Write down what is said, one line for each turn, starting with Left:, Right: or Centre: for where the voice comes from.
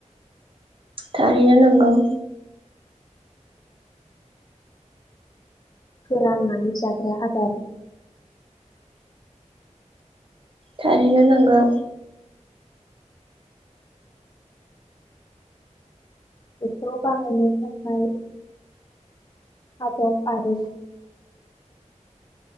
Right: थारैनो नंगौ।
Left: फोराननानै जाग्रा आदार।
Right: थारैनो नंगौ।
Left: बेखौ बाहायनो थाखाय आदब आरो